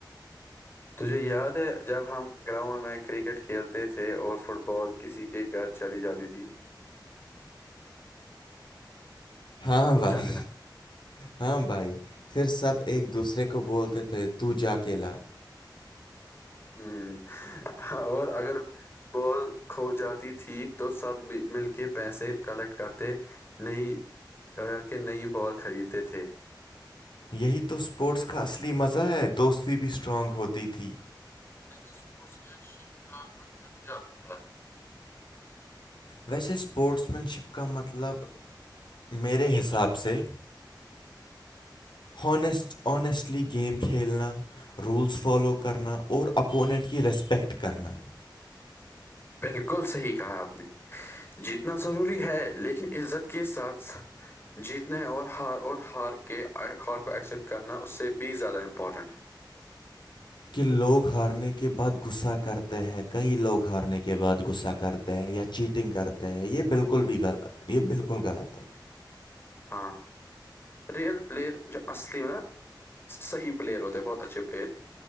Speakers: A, on the left; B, on the left.
A: تجھے یاد ہے جب ہم گراؤنڈ میں کرکٹ کھیلتے تھے اور فٹ بال کسی کے گھر چلی جاتی تھی
B: ہاں بھائی
A: چل رہا
B: ہاں بھائی پھر سب ایک دوسرے کو بولتے تھے تو جاکیلاا
A: ہوں اور اگر بال کھو جاتی تھی تو سب مل کے پیسے کلیکٹ کرتے نئی کر کے نئی بال خریدتے تھے
B: یہی تو اسپورٹس کا اصلی مزہ ہے دوست بھی اسٹرانگ ہوتی تھی
A: ای اسپٹ م شپ کا مطلب کیا ہوتا ہے
B: ویسے اسپورٹس مینشپ کا مطلب میرے حساب سے ہانسٹ آنیسٹلی گیم کھیلنا رولس فالو کرنا اور اپوننٹ کی ریسپیکٹ کرنا
A: بالکل صحیح کہا آپ نے جیتنا ضروری ہے لیکن عزت کے ساتھ جیتنے اور ہار اور ہار کے ہار کو ایکسیپٹ کرنا اس سے بھی زیادہ امپورٹنٹ ہے
B: کہ لوگ ہارنے کے بعد غصہ کرتے ہیں کئی لوگ ہارنے کے بعد غصہ کرتے ہے یا چیٹنگ کرتے ہیں یہ بالکل بھی غلط یہ بالکل غلط ہے
A: ہاں ریئل پلیئر جو اصلی صحیح پلیئر ہوتے ہیں بہت اچھے پلیئر